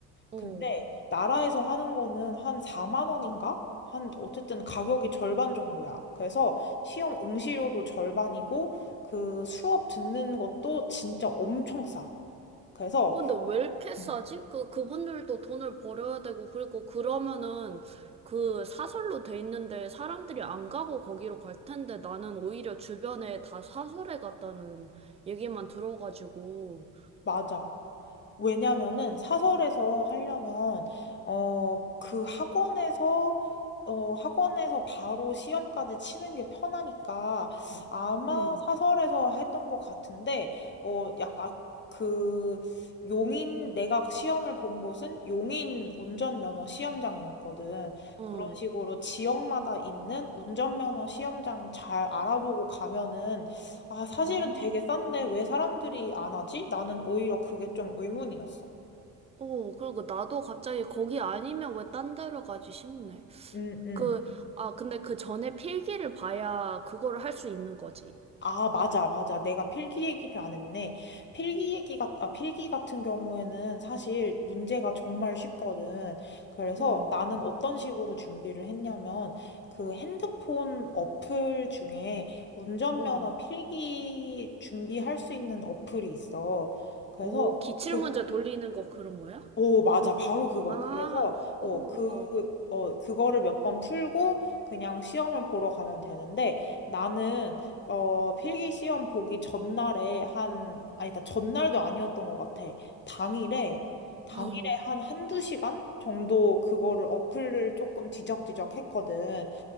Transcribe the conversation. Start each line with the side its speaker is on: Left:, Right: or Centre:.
Right: 어.
Left: 근데 나라에서 하는 거는 한 4만 원인가? 한 어쨌든 가격이 절반 정도야. 그래서 시험 응시료도 절반이고 그 수업 듣는 것도 진짜 엄청 싸. 그래서
Right: 근데 왜 이렇게 싸지?
Left: 음.
Right: 그, 그분들도 돈을 벌어야 되고, 그리고 그러면은 그 사설로 돼 있는데 사람들이 안 가고 거기로 갈 텐데 나는 오히려 주변에 다 사설에 갔다는 얘기만 들어가지고,
Left: 맞아. 왜냐면은 사설에서 하려면 어 그 학원에서 어 학원에서 바로 시험까지 치는 게 편하니까 아마
Right: 응,
Left: 사설에서 했던 것 같은데 어약그 용인 내가 시험을 본 곳은 용인 운전면허 시험장이었거든.
Right: 어,
Left: 그런 식으로 지역마다 있는 운전면허 시험장 잘 알아보고 가면은 아, 사실은
Right: 아,
Left: 되게 싼데 왜 사람들이 안 하지? 나는 오히려 그게 좀 의문이었어.
Right: 어, 그리고 나도 갑자기 거기 아니면 왜 딴 데로 가지 싶네.
Left: 음, 음.
Right: 그, 아, 근데 그 전에 필기를 봐야 그거를 할 수 있는 거지.
Left: 아, 맞아, 맞아. 내가 필기 얘기를 안 했네. 필기 얘기 같, 아, 필기 같은 경우에는 사실 문제가 정말 쉽거든. 그래서
Right: 응,
Left: 나는 어떤 식으로 준비를 했냐면 그 핸드폰 어플 중에 운전면허
Right: 응.
Left: 필기 준비할 수 있는 어플이 있어. 그래서
Right: 오, 기출
Left: 그
Right: 문제 돌리는 거 그런 거야?
Left: 오, 맞아. 바로 그거야.
Right: 아,
Left: 그래서,
Right: 어,
Left: 어, 어, 그,
Right: 어,
Left: 어, 그거를 몇 번 풀고 그냥 시험을 보러 가면 되는데 나는, 어, 필기 시험 보기 전날에 한, 아니다, 전날도 아니었던 것 같아. 당일에, 당일에
Right: <laughs>
Left: 한 한두 시간 정도 그거를 어플을 조금 뒤적뒤적 했거든.